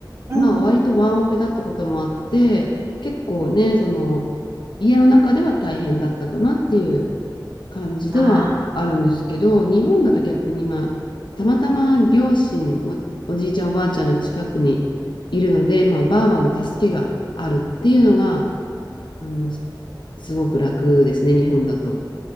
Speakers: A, on the right (about 35°); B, on the left (about 75°).
A: うん。
B: まあ、
A: うん
B: 割とワンオペだったこともあって、結構ね、その、家の中では大変だったかなっていう感じではあるんですけど、
A: ああ、
B: 日本だと逆に、まあ、たまたま両親、お、おじいちゃん、おばあちゃんの近くにいるので、まあ、ばあばの助けがあるっていうのが、あの、すごく楽ですね、日本だと。